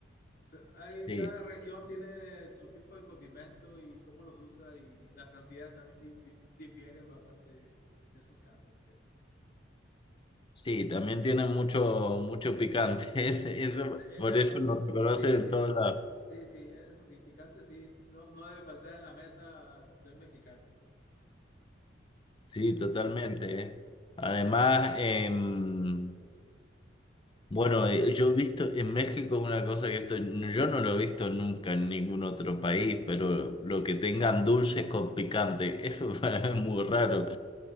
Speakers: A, on the left; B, on the left.
A: Se- hay-
B: Sí,
A: cada región tiene su tipo de condimento y cómo los usa y las cantidades también di- di- difieren bastante en esos casos, fíjate.
B: sí, también tienen mucho, mucho picante, <laughs> Es- eso,
A: Sí, eh,
B: por eso
A: eh, nos-
B: lo reconocen
A: sí,
B: en
A: sí,
B: todos
A: sí,
B: lados.
A: sí, sí, eso sí, picante sí, no, no debe faltar en la mesa de un mexicano.
B: Sí,
A: Sí.
B: totalmente. eh. Además, em, Bueno, eh, yo he visto en México una cosa que esto, yo no lo he visto nunca en ningún otro país, pero lo que tengan dulces con picante, eso <laughs> es muy raro.